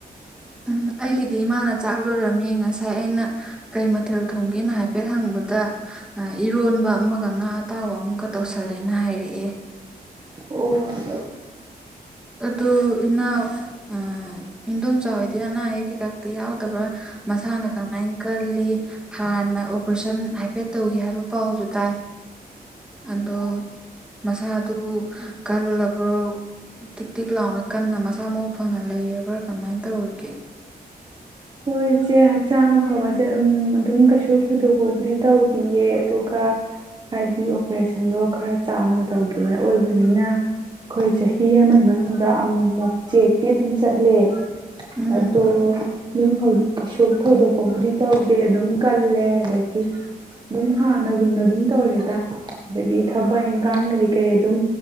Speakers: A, in the centre; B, on the right (about 25°).
A: ꯎꯝ ꯑꯩꯒꯤꯗꯤ ꯏꯃꯥꯅ ꯆꯥꯛ ꯂꯣꯏꯔꯝꯃꯦ ꯉꯁꯥꯏ ꯑꯩꯅ ꯀꯩ ꯃꯊꯦꯜ ꯊꯣꯡꯒꯦꯅ ꯍꯥꯏꯐꯦꯠ ꯍꯪꯕꯗ ꯏꯔꯣꯟꯕ ꯑꯃꯒ ꯉꯥ ꯑꯇꯥꯎꯕ ꯑꯃꯒ ꯇꯧꯁꯜꯂꯦꯅ ꯍꯥꯏꯔꯛꯑꯦ
B: ꯑꯣ ꯑꯗꯣ
A: ꯑꯗꯣ ꯏꯅꯥꯎ ꯑꯥ ꯏꯗꯣꯝ ꯆꯥ ꯍꯣꯢꯗꯤ ꯑꯅꯥ ꯑꯌꯦꯛ ꯀꯩꯀꯥꯇꯤ ꯌꯥꯎꯗꯕ꯭ꯔꯥ ꯃꯁꯥꯅ ꯀꯃꯥꯏ ꯀꯜꯂꯤ ꯍꯥꯟꯅ ꯑꯣꯄ꯭ꯔꯦꯁꯟ ꯍꯥꯏꯐꯦꯠ ꯇꯧꯒꯤ ꯍꯥꯏꯕ ꯄꯥꯎꯁꯨ ꯇꯥꯏ ꯑꯗꯣ ꯃꯁꯥꯗꯨꯕꯨ ꯀꯜꯂ <unintelligible> ꯇꯤꯛ ꯇꯤꯛ ꯂꯥꯎꯅ ꯀꯟꯅ ꯃꯁꯥ ꯃꯎꯨ ꯐꯅ ꯂꯩꯔꯕ꯭ꯔꯥ ꯀꯃꯥꯏꯅ ꯇꯧꯔꯤꯒꯦ
B: ꯍꯣꯏ ꯏꯆꯦ ꯍꯛꯆꯥꯡ ꯐꯥꯕ ꯑꯗꯨꯝ ꯀꯩꯁꯨ ꯊꯣꯏꯗꯣꯛꯄꯕꯨꯗꯤ ꯇꯧꯗꯤꯌꯦ ꯑꯗꯨꯒ ꯍꯥꯏꯗꯤ ꯑꯣꯄ꯭ꯔꯦꯁꯟꯗꯣ ꯈꯔ ꯆꯥꯎꯅ ꯇꯧꯈꯤꯕ ꯑꯣꯏꯕꯅꯤꯅ ꯑꯩꯈꯣꯏ ꯆꯍꯤ ꯑꯃꯒꯤ ꯃꯅꯨꯡꯗ ꯑꯃꯨꯛ ꯃꯨꯛ ꯆꯦꯛꯇꯤ ꯑꯗꯨꯝ ꯆꯠꯂꯦ
A: ꯎꯝ
B: ꯑꯗꯣ ꯑꯗꯨꯝ ꯀꯩꯁꯨ ꯊꯣꯏꯗꯣꯛꯄꯕꯨꯗꯤ ꯇꯧꯗꯦ ꯑꯗꯨꯝ ꯀꯜꯂꯦ ꯑꯗꯒꯤ ꯑꯗꯨꯝ ꯍꯥꯟꯅꯒꯨꯝꯅ ꯑꯗꯨꯝ ꯇꯧꯔꯦꯗ ꯑꯗꯒꯤ ꯊꯕꯛ ꯏꯪꯈꯥꯡ ꯀꯩ ꯀꯩ ꯑꯗꯨꯝ